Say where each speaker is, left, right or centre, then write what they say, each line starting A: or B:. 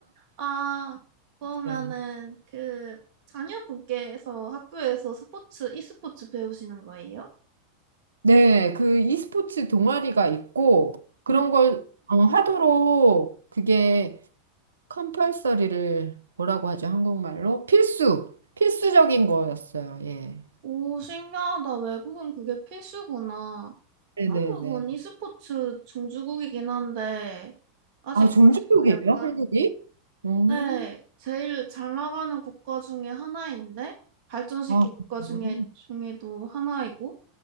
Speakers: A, on the right; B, on the right.
A: 아, 그러면은
B: 맞아요.
A: 그 자녀분께서 학교에서 스포츠, e스포츠 배우시는 거예요?
B: 네, 그 e스포츠 동아리가 있고 그런
A: 음,
B: 걸 어, 하도록 그게 컴펄서리를 뭐라고 하죠? 한국말로 필수 필수적인 거였어요. 예.
A: 오, 신기하다. 외국은 그게 필수구나.
B: 네네네.
A: 한국은 e스포츠 종주국이긴 한데, 아직까지도
B: 아 종주국이에요?
A: 약간,
B: 한국이? 음.
A: 네, 제일 잘 나가는 국가 중에 하나인데, 발전시킨
B: 아,
A: 국가
B: 그래요?
A: 중에, 중에도 하나이고,